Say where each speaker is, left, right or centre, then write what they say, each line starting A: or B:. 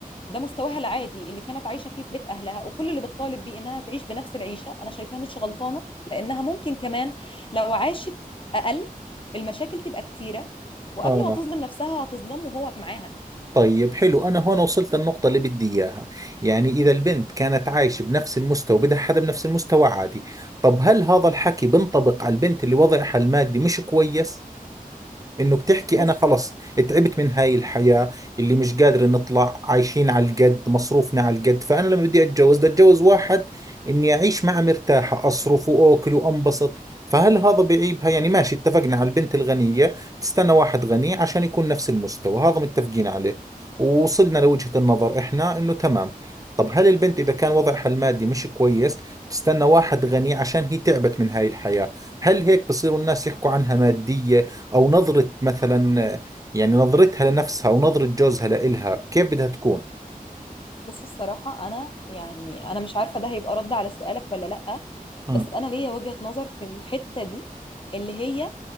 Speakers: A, on the left; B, on the right.
A: ده مستواها العادي اللي كانت عايشه فيه في بيت اهلها وكل اللي بتطالب بيه انها تعيش بنفس العيشه انا شايفاها مش غلطانه لانها ممكن كمان لو عاشت اقل المشاكل تبقى كتيره وقبل
B: اه
A: ما تظلم نفسها هتظلمه وهو معاها
B: طيب حلو أنا هون وصلت للنقطة اللي بدي إياها يعني إذا البنت كانت عايشة بنفس المستوى بدها حدا بنفس المستوى عادي طب هل هذا الحكي بنطبق على البنت اللي وضعها المادي مش كويس انه بتحكي
A: بص
B: انا خلص تعبت من هاي الحياة اللي مش قادر نطلع عايشين على القد مصروفنا على القد فانا لما بدي اتجوز بدي اتجوز واحد اني اعيش معه مرتاحة اصرف واكل وانبسط فهل هذا بعيبها يعني ماشي اتفقنا على البنت الغنية تستنى واحد غني عشان يكون نفس المستوى هذا متفقين عليه ووصلنا لوجهة النظر احنا انه تمام طب هل البنت اذا كان وضعها المادي مش كويس تستنى واحد غني عشان هي تعبت من هاي الحياة هل هيك بصيروا الناس يحكوا عنها مادية او نظرة مثلا يعني نظرتها لنفسها او نظرة جوزها لإلها كيف بدها تكون
A: بص الصراحه انا يعني انا مش عارفه ده هيبقى رد على سؤالك ولا لا
B: مم.
A: بس انا ليا وجهه نظر في الحته دي اللي هي